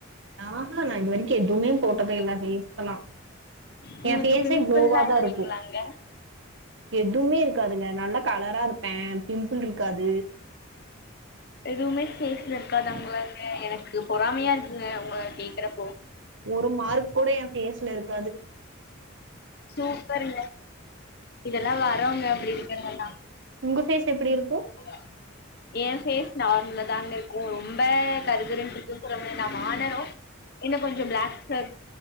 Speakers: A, on the right (about 60°); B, on the left (about 50°).
A: ஆஹா நா இது வரைக்கு எதுவுமே போட்டதே இல்ல ஃபேஸ்க்குலா
B: உங்களுக்கு
A: எ ஃபேஸே
B: பிம்பிள்லாம்
A: க்லோவாதாருக்கு
B: இல்லைங்களாங்க
A: எதுவுமே இருக்காதுங்க நல்லா கலராருப்பே பிம்பிள் இருக்காது
B: எதுவுமே ஃபேஸ்ல இருக்காதாங்களாங்க எனக்கு பொறாமையா இருக்குங்க உங்கள கேக்குறப்போ
A: ஒரு மார்க் கூட எ ஃபேஸ்ல இருக்காது
B: சூப்பருங்க இதெல்லா வரோங்க அப்டி இருக்கறதெல்லா
A: உங்க ஃபேஸ் எப்புடி இருக்கு
B: <inaudible> ஏ பேஸ் நார்மலா தாங்கருக்கு ரொம்ப கருகருன்றுக்குன் சொல்ல முடியா நா மாநெறோ என்ன கொஞ்சோ ப்ளாக் சர்க்